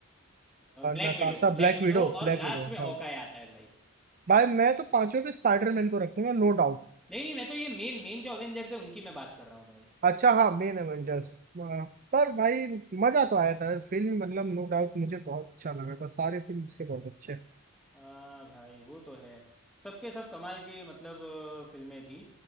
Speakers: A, in the centre; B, on the right (about 40°).
A: ब्लैक
B: Natasha
A: विडो ब्लैक
B: Black
A: विडो
B: Widow Black
A: और लास्ट
B: Widow
A: में
B: हाँ
A: हॉकाय आता है भाई
B: भाई मैं तो पांचवे पे स्पाइडरमैन को रखूंगा नो डाउट
A: नहीं नहीं मैं तो ये मेन मेन जो अवेंजर्स है उनकी मैं बात कर रहा हूँ भाई
B: अच्छा हाँ मेन एवेंजर्स पर भाई मजा तो आया था फिल्म मतलब नो डाउट मुझे बहुत अच्छा लगा था सारे फिल्म उसके बहुत अच्छे
A: हाँ भाई वो तो है सबके सब कमाल की मतलब अ, फिल्में थी